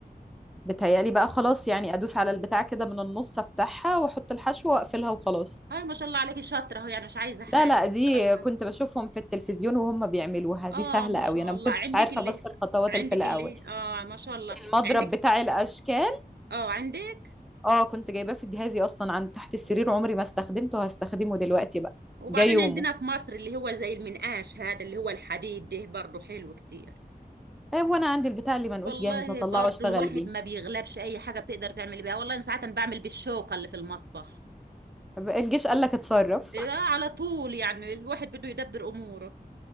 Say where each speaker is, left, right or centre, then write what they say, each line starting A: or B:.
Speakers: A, in the centre; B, on the right.
A: بتهيألي بقى خلاص يعني ادوس على البتاع كده من النص افتحها واحط الحشو واقفلها وخلاص
B: اه ما شاء الله عليكي شاطره اهو يعني مش عايزه حاجه
A: لا لا
B: ما
A: دي
B: شاء الله
A: كنت بشوفهم في التلفزيون وهم بيعملوها دي
B: اه
A: سهلة
B: ما
A: قوي
B: شاء
A: انا
B: الله
A: ما كنتش
B: عندك
A: عارفة
B: اللي
A: بس الخطوات
B: عندك
A: اللي في الاول
B: اللي اه ما شاء الله
A: المضرب
B: عندك
A: بتاع الاشكال
B: اه عندك
A: اه كنت جايباه في جهازي اصلا عند تحت السرير عمري ما استخدمته هستخدمه دلوقتي بقى
B: وبعدين
A: جاي يومه
B: عندنا في مصر اللي هو زي المنقاش هذا اللي هو الحديد ده برضو حلو كتير
A: آه، وانا عندي البتاع اللي منقوش
B: والله
A: جاهز هطلعه
B: برضو
A: اشتغل
B: الواحد
A: بيه
B: ما بيغلبش اي حاجه بتقدر تعمل بيها والله انا ساعات بعمل بالشوكه اللي في المطبخ
A: طب الجيش قال لك اتصرف
B: إيه، على طول يعني الواحد بده يدبر اموره